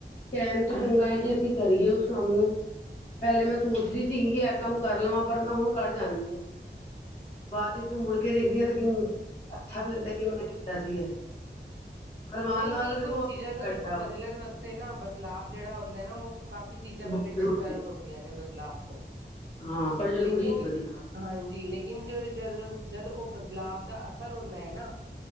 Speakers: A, on the left; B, on the right.
A: ਕਹਿਣ ਤੋਂ ਚੰਗਾ ਹੈ ਕਿ ਅਸੀਂ ਕਰੀਏ ਉਸ ਕੰਮ ਨੂੰ ਪਹਿਲੇ ਮੈਂ ਸੋਚਦੀ ਸੀਗੀ ਕਿ ਇਹ ਕੰਮ ਕਰ ਲਵਾਂ ਪਰ ਮੈਂ ਹੁਣ ਕਰ ਜਾਂਦੀ ਹਾਂ। ਬਾਅਦ ਵਿੱਚ ਹੁਣ ਮੁੜ ਕੇ ਦੇਖਦੀ ਹਾਂ ਤੇ ਕਿ ਅੱਛਾ ਵੀ ਲੱਗਦਾ ਕਿ ਮੈਂ ਕੀਤਾ ਸੀ ਇਹ। ਕਰਵਾਉਣ
B: ਨਹੀਂ
A: ਵਾਲਾ
B: ਨਹੀਂ
A: ਤਾਂ ਦੇਖੋ
B: ਕੁਛ ਚੀਜ਼ਾਂ। ਹੁਣ
A: ਬੈਠਾ
B: ਦੇਖੋ ਬਦਲਣ ਵਾਸਤੇ ਨਾ ਬਦਲਾਵ ਜਿਹੜਾ ਹੁੰਦਾ ਨਾ ਉਹ। ਕਾਫ਼ੀ ਚੀਜ਼ਾਂ
A: ਬਹੁਤ
B: ਪਹਿਲੇ
A: ਜ਼ਰੂਰੀ
B: ਡਿਸਟਰਬ ਹੁੰਦੀਆਂ ਨੇ ਬਦਲਾਵ ਤੋਂ।
A: ਹਾਂ ਪਰ ਜ਼ਰੂਰੀ
B: ਲੇਕਿਨ
A: ਬਦਲਾਵ।
B: ਹਾਂਜੀ ਲੇਕਿਨ ਜੋ ਜਦ ਜਦ ਉਹ ਬਦਲਾਵ ਦਾ ਅਸਰ ਹੁੰਦਾ ਹੈ ਨਾ।